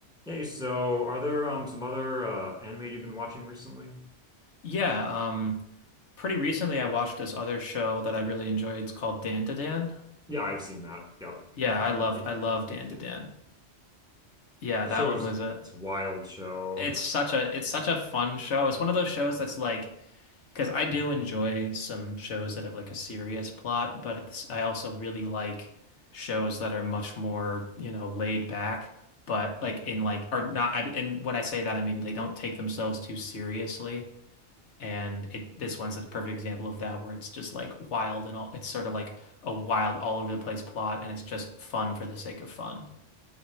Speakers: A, in the centre; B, on the left (about 75°).
A: Hey, so are there um some other uh anime you've been watching recently?
B: Yeah, um, pretty recently I watched this other show that I really enjoyed. It's called Dan to Dan.
A: Yeah, I've seen that. Yep.
B: Yeah,
A: <laughs>
B: I loved I loved Dan to Dan. Yeah,
A: The
B: that
A: show
B: one
A: is
B: was a
A: it's a wild show.
B: it's such a it's such a fun show. It's one of those shows that's like because I do enjoy some shows that have like a serious plot, but it's, I also really like shows that are much more, you know, laid back, but like in like are not I- and when I say that I mean they don't take themselves too seriously. And it this one's a perfect example of that where it's just like wild and all it's sort of like a wild all over the place plot and it's just fun for the sake of fun.